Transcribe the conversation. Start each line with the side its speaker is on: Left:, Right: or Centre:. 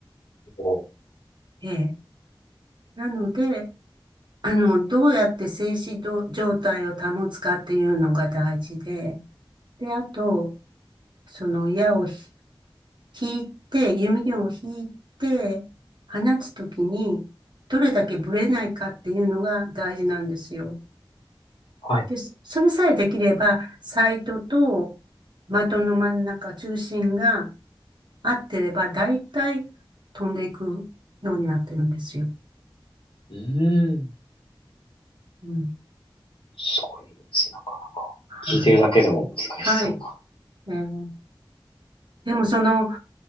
Left: おー
Right: ええ。なので、あの、どうやって静止ど状態を保つかっていうのが大事で、で、あと、その矢をひ引いて、弓矢を引いて、放つときに、どれだけブレないかっていうのが大事なんですよ。
Left: はい。
Right: で、そそれさえできれば、サイトと的の真ん中、中心が合ってれば、大体飛んでいくようになってるんですよ。
Left: うーん。
Right: うん。
Left: すごいですね。なんか、
Right: はい。
Left: 聞いてるだけでも難しそうな。
Right: はい。えーでもその、